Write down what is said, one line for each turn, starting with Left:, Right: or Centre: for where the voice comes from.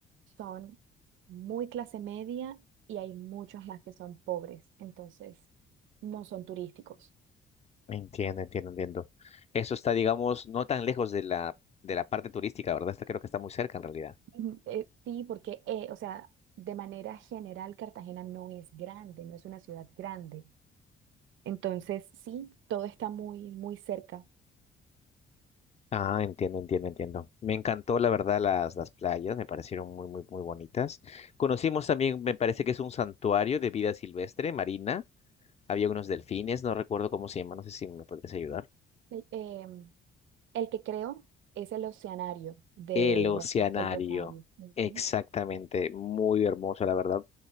Right: son muy clase media y hay muchos más que son pobres. Entonces, no son turísticos.
Left: Entiendo, entiendo, entiendo. Eso está, digamos, no tan lejos de la, de la parte turística, ¿verdad? Está, creo que está muy cerca en realidad.
Right: Ujú. Eh, sí, porque, eh, o sea, de manera general, Cartagena no es grande, no es una ciudad grande. Entonces, sí, todo está muy, muy cerca.
Left: Ah, entiendo, entiendo, entiendo. Me encantó, la verdad, las, las playas, me parecieron muy, muy, muy bonitas. Conocimos también, me parece que es un santuario de vida silvestre, marina. Había unos delfines, no recuerdo cómo se llama, no sé si me podrías ayudar.
Right: El, em, el que creo es el Oceanario de
Left: El oceanario,
Right: la zona del Rosario. Ujú.
Left: exactamente, muy hermoso, la verdad.